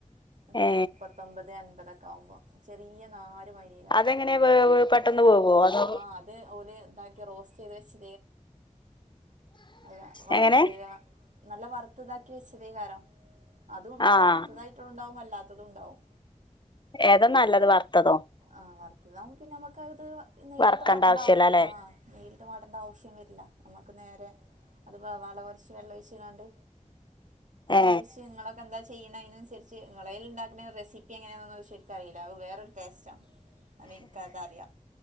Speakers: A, on the right; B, on the left.
A: എത്ര
B: ഏ
A: മുപ്പ പത്തൊമ്പത് അൻപതൊക്കെ ആകുമ്പോ ചെറിയ നാര് മാതിരി കാരം
B: അതെങ്ങനെ പെട്ടെന്ന്വേവോ അതോ
A: ആ അത് ഓല ഇതാക്കി റോസ്റ്റ് ചെയ്ത് വെച്ച അല്ല വറുത്ത
B: എങ്ങനെ
A: നല്ല വറുത്ത ഇതാക്കി വെച്ചത്കാരോ അതും
B: ആഹ്
A: വറുത്തതായിട്ട ഉണ്ടാവും അല്ലാത്തതും ഉണ്ടാവും.
B: ഏതാ നല്ലത് വറുത്തതോ
A: ആ വറുത്തതാവുമ്പോ പിന്നെ അമ്മക്ക് ത് നെയ്യിലിട്ട്
B: വറക്കണ്ട
A: വാട്ടണ്ടവു
B: ആവശ്യല്ല അല്ലെ
A: ആ നെയ്യില്ട്ട് വാട്ടണ്ട ആവശ്യം വെരില്ല നമ്മക്ക് നേരെ അത് വ വള കൊറച്ച് വെള്ളൊഴിച്ക്കാണ്ട്
B: ഏ
A: വെവിച്ച് നിങ്ങളൊക്കെന്താ ചെയ്യണ് അയ്നനുസരിച്ച് നിങ്ങളേൽ ഇ ണ്ടാക്കണ റെസിപ്പി എങ്ങനെന്ന ഓയ്ച് കറിയില അഹ് വേറൊരു ടേസ്റ്റആണ് അ ഇൻക്കതഅതറിയാ